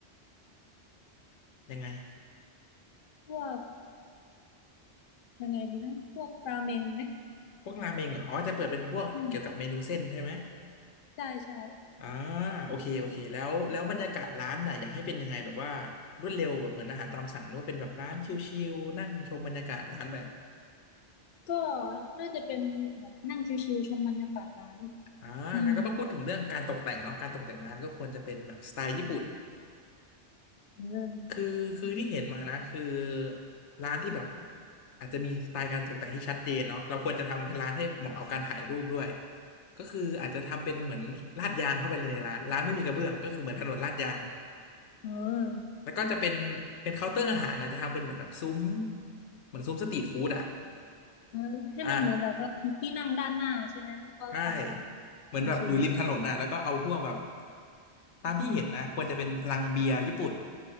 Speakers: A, on the left; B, on the left.
A: ยังไง
B: พวกยังไงดีนะพวกราเมงไหม
A: พวกราเมงเหรออ๋อจะเปิดเป็นพวกเกี่ยวกับเมนูเส้นใช่ไหม
B: อืมใช่ใช่
A: อ่าโอเคโอเคแล้วแล้วบรรยากาศร้านน่ะอยากให้เป็นยังไงแบบว่ารวดเร็วแบบเหมือนอาหารตามสั่งหรือว่าเป็นแบบร้านชิลๆนั่งชมบรรยากาศร้านไป
B: ก็น่าจะเป็นแบบนั่งชิวๆชมบรรยากาศร้าน
A: อ่างั้นก็ต้องพูดถึงเรื่องการตกแต่งเนาะการตกแต่งร้านก็ควรจะเป็นแบบสไตล์ญี่ปุ่น
B: อืมเรื่อง
A: คือคือที่เห็นมานะคือร้านที่แบบอาจจะมีสไตล์การตกแต่งที่ชัดเจนเนาะเราควรจะทำให้ร้านให้เหมาะกับการถ่ายรูปด้วยก็คืออาจจะทำเป็นเหมือนลาดยางเข้าไปเลยในร้านร้านไม่มีกระเบื้องก็คือเหมือนถนนลาดยาง
B: เออ
A: แล้วก็จะเป็นเป็นเคาน์เตอร์อาหารนะจะทำเป็นเหมือนแบบซุ้มเหมือนซุ้มสตรีทฟู้ดอ่ะ
B: เออให้มันเหมือนแบบว่ามีที่นั่งด้านหน้าใช่ไหมแล้วก็ทำอาหาร
A: อ่าใช่เหมือนแบบอยู่ริมถนนน่ะแล้วก็เอาพวกแบบ
B: โอเค
A: ตามที่เห็นนะควรจะเป็นลังเบียร์ญี่ปุ่น